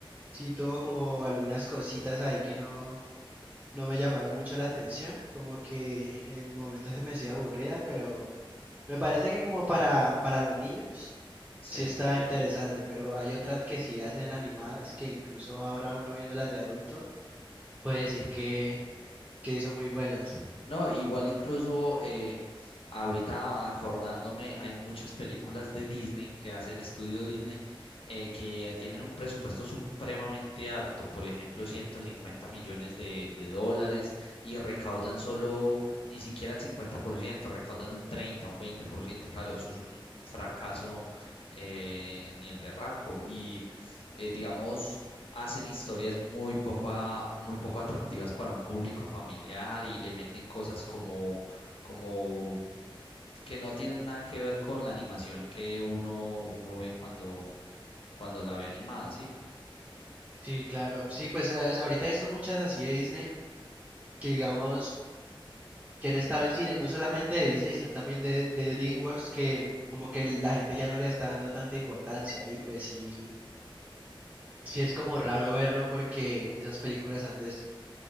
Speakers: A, on the right (about 15°); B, on the left (about 80°).
A: sí tuvo como algunas cositas ahí que no, no me llamaron mucho la atención, como que en momentos se me hacía aburrida, pero Me parece que como para, para los niños
B: Sí.
A: sí está interesante, pero hay otras que sí hacen animadas que incluso ahora uno viéndolas de adulto puede decir que, que son muy buenas.
B: No, igual incluso eh, Ahorita acordándome, hay muchas películas de Disney que hace el estudio Disney eh, que tienen un presupuesto supremamente alto, por ejemplo, 150 millones de, de dólares y recaudan solo ni siquiera el 50%, recaudan un 30, un 20%, claro, eso es un, un fracaso eh, ni el berraco. Y eh, digamos, hacen historias muy poco, a- muy poco atractivas para un público familiar y le meten cosas como como que no tienen nada que ver con la animación que uno, uno ve cuando, cuando la ve animada, ¿sí?
A: Sí, claro. Sí, pues a- ahorita he visto muchas así de Disney que digamos que han estado en cine, no solamente de Disney, sino también de, de DreamWorks, que como que la gente ya no le está dando tanta importancia y pues sí, sí es como raro verlo porque esas películas antes